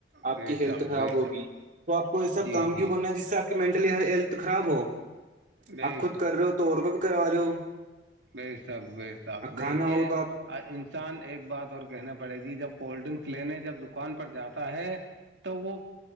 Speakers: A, on the right; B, on the right.
A: آپ
B: بے
A: کی
B: شک
A: ہیلتھ خراب
B: بے
A: ہوگی
B: شک
A: تو آپ کو ایسا
B: جی
A: کام
B: جی
A: کیوں کرنا ہے جس سے آپ کی مینٹلی ہیل خراب ہو
B: بے
A: آپ خود کر رہے ہو تو اور کو بھی کروا رہ ہو
B: بےشک بےشک
A: کھانا
B: دیکھیے
A: ہو تو آپ
B: انسان ایک بات اور کہنا پڑے گی جب کولڈ ڈرنکس لینے جب دکان پر جاتا ہے تو وہ